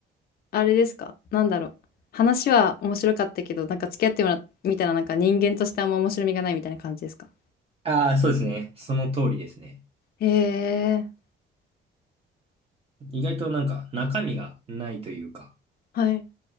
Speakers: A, on the left; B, on the right.
A: あれですかなんだろう。話は面白かったけど、なんか付き合ってもらみたらななんか人間としてあんま面白みがないみたいな感じですか
B: ああ、そうですね。その通りですね。
A: ええ、
B: 意外となんか中身がないというか、
A: はい。